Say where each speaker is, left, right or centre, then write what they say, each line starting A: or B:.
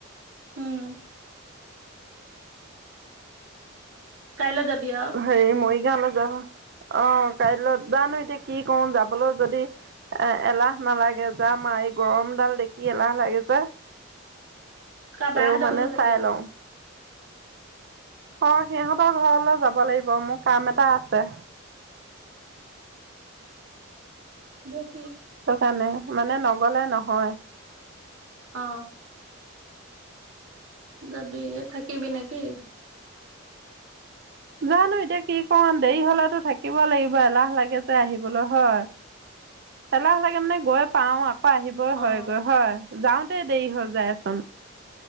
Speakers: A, on the right; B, on the right.
A: উম কাইলৈ যাবি আৰু।
B: হেৰি মৰিগাঁওলৈ অ, কাইলৈ জানো এতিয়া কি কৰো যাবলৈ যদি এ - এলাহ নালাগে যা মাৰ গৰম ডাল দেখি এলাহ লাগে যে।
A: কা
B: তেও
A: বাহঁতৰ
B: মানে
A: ঘৰলৈ যাবি
B: চাই
A: আৰু
B: লও। অ, সিহতৰ ঘৰলৈ যাব লাগিব মোৰ কাম এটা আছে।
A: ম
B: সেই কাৰণে মানে নগলে নহয়।
A: অ, যাবি থাকিবি নেকি?
B: জানো এতিয়া কি কম দেৰি হলেতো থাকিব লাগিব এলাহ লাগে যে আহিবলৈ হয়। এলাহ লাগে মানে গৈ পাও আকৌ। আহিবই
A: অ
B: হয়গৈ হয় যাওতে দেৰি হৈ যায়চোন।